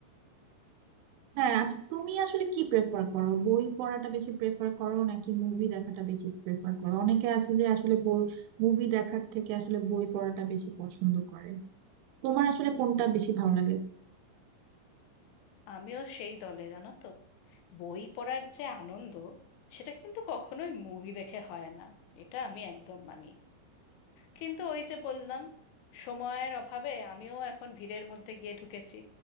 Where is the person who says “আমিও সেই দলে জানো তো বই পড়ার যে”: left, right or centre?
Left